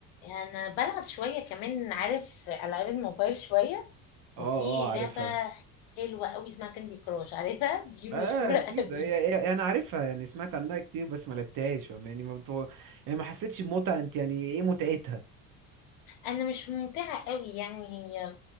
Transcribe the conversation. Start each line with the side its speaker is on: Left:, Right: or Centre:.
Left: أنا بلعب شوية كمان عارف ألعاب الموبايل شوية وفي
Right: اه اه عارفها
Left: لعبة حلوة قوي اسمها كاندي كراش عارفها دي
Right: اه
Left: مشهورة
Right: اكيد
Left: <laughs> قوي
Right: هي... هي... انا عارفها يعني سمعت عنها كتير بس ما لعبتهاش فاهمة؟ يعني ما بتو... يعني ما حسيتش بمتعه انت يعني ايه متعتها
Left: أنا مش ممتعة قوي يعني هي